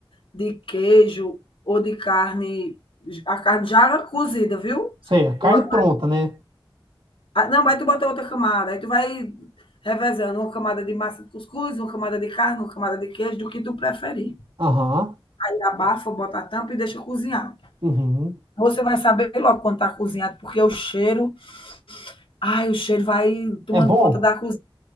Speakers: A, on the left; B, on the right.
A: de queijo ou de carne, a carne já cozida, viu?
B: Sei. a Carne
A: Ou a,
B: pronta, né?
A: ah, não, vai tu bota outra camada, aí tu vai revezando uma camada de massa de cuscuz, uma camada de carne, uma camada de queijo, do que tu preferir.
B: Aham.
A: Aí abafa, bota a tampa e deixa cozinhar.
B: Uhum.
A: Você vai saber logo quando tá cozinhado, porque o cheiro, ai, o cheiro vai tomando
B: É bom?
A: conta da cozinha.